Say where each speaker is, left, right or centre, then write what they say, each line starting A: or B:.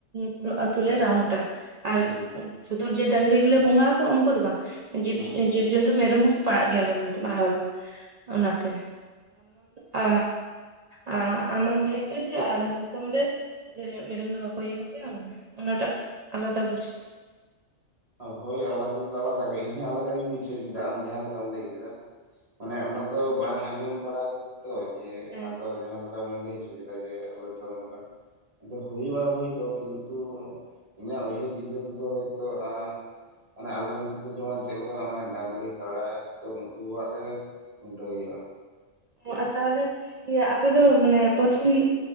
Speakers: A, on the right (about 70°); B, on the right (about 30°).
A: ᱯᱩᱨᱟᱹ ᱟᱛᱳ ᱞᱮ ᱨᱟᱣᱩᱱᱴ ᱟᱨ
B: ᱦᱩᱸ ᱦᱩᱸ
A: ᱥᱩᱫᱩᱨ ᱡᱮ ᱰᱟᱝᱨᱤ ᱜᱮᱞᱮ ᱵᱚᱸᱜᱟ ᱟᱠᱚ ᱩᱱᱠᱩ ᱫᱚ ᱵᱟᱝ
B: ᱦᱩᱸ ᱦᱩᱸ
A: ᱡᱤᱵᱽᱡᱚᱱᱛᱩ ᱢᱮᱨᱚᱢ ᱦᱚᱸᱠᱚ ᱯᱟᱲᱟᱜ ᱜᱮᱞ ᱢᱟ <unintelligible> ᱚᱱᱟᱛᱮ ᱟ ᱟ ᱟᱢ ᱞᱟᱹᱭ ᱠᱮᱜ ᱡᱮ ᱟᱞᱮ ᱫᱤᱥᱚᱢ ᱨᱮ ᱡᱮ ᱢᱮᱨᱚᱢ ᱫᱚ ᱵᱟᱠᱚ ᱤᱭᱟᱹᱣ ᱠᱚ ᱜᱮᱭᱟ ᱮ ᱚᱱᱟᱴᱟᱜ ᱟᱞᱟᱫᱟ ᱵᱩᱡ
B: ᱦᱳᱭ ᱟᱞᱟᱫᱟ ᱫᱚ ᱟᱞᱟᱫᱟ ᱜᱮ ᱤᱧᱦᱚᱸ ᱟᱞᱟᱫᱟ ᱜᱤᱧ ᱵᱩᱡᱷᱟᱹᱣ ᱠᱮᱫᱟ ᱟᱢ ᱡᱟᱦᱟᱸ ᱞᱮᱠᱟᱢ ᱞᱟᱹᱭ ᱠᱮᱫᱟ ᱢᱟᱱᱮ ᱚᱱᱟ ᱫᱚ ᱵᱟᱝ ᱟᱸᱡᱚᱢ ᱵᱟᱲᱟ ᱠᱟᱹᱫᱤᱧ ᱛᱚ ᱡᱮ
A: ᱦᱮᱸ
B: ᱟᱫᱚ ᱡᱟᱦᱟᱸ ᱞᱮᱠᱟ ᱞᱟᱹᱭ ᱪᱩ ᱠᱮᱫ ᱫᱟ ᱡᱮ ᱟᱞᱮ ᱫᱚ ᱚᱝᱠᱟ ᱟᱫᱚ ᱦᱩᱭᱩᱜᱼᱟ ᱦᱳᱭᱛᱳ ᱠᱤᱱᱛᱩ ᱤᱧᱟᱹᱜ ᱩᱭᱦᱟᱹᱨ ᱪᱤᱱᱛᱟᱹ ᱛᱮᱫᱚ ᱦᱳᱭᱛᱳ
A: <inaudible>
B: ᱢᱟᱱᱮ ᱟᱞᱮ ᱱᱤᱛᱮ ᱫᱚ ᱡᱮᱢᱚᱱ ᱪᱮᱫ ᱞᱮᱠᱟ ᱚᱱ ᱰᱟᱝᱨᱤ ᱠᱟᱰᱟ ᱛᱚ ᱱᱩᱠᱩᱣᱟᱜ ᱜᱮ ᱠᱷᱩᱱᱴᱟᱹᱣ ᱦᱩᱭᱩᱜᱼᱟ
A: ᱚ ᱛᱟᱦᱚᱞᱮ ᱤᱭᱟᱹ ᱟᱯᱮ ᱫᱚ ᱢᱟᱱᱮ ᱯᱨᱚᱛᱷᱚᱢ